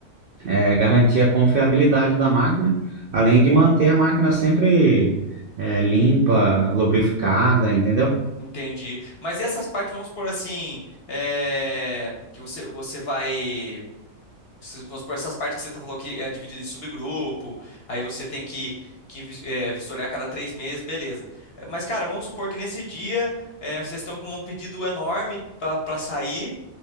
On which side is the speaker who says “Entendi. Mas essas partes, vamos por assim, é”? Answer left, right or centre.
Left